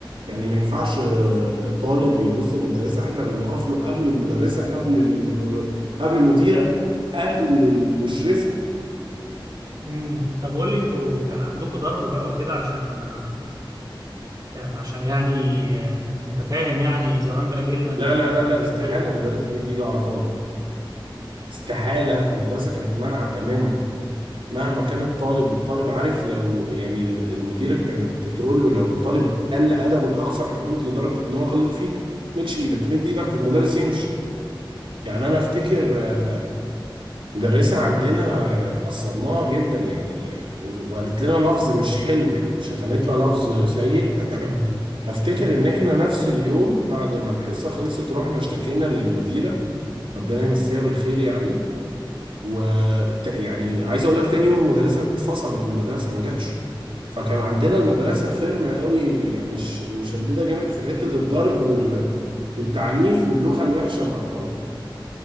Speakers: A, on the right (about 85°); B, on the right (about 45°).
A: يعني ما ينفعش آه، آه، طالب يبص للمدرسه احنا اللي نقف له قبل المدرسه قبل ال- قبل المديره قبل المشرفه
B: امم طب قول لي انتوا كان عندكم ضرب بقى وكده عشان آه، عشان يعني آه، انت فاهم يعني زمان بقى جيلنا ده
A: لا
B: كان
A: لا لا
B: بيتضرب
A: لا استحاله مدرس يمد ايده على طالب استحاله المدرسه كانت مانعه تماما مهما كان الطالب الطالب عارف لو يعني ال- المديره كانت تقول له لو الطالب قل ادبه لاقصى الحدود لدرجه ان هو غلط فيك مدش ايدك مد ايدك المدرس يمشي يعني انا افتكر مدرسة عندنا عصبناها جدا يعني و- وقالت لنا لفظ مش حلو يعني شتمتنا لفظ سيء <clears throat> افتكر ان احنا نفس اليوم بعد ما الحصة خلصت رحنا اشتكينا للمديرة ربنا يمسيها بالخير يعني و ت- يعني عايز اقول لك تاني يوم المدرسة اتفصلت من المدرسة ما جاتش فكان عندنا المدرسة فيرم قوي يعني ش- مشددة جامد في حتة الضرب وال... والتعنيف واللغة الوحشة مع الطلبة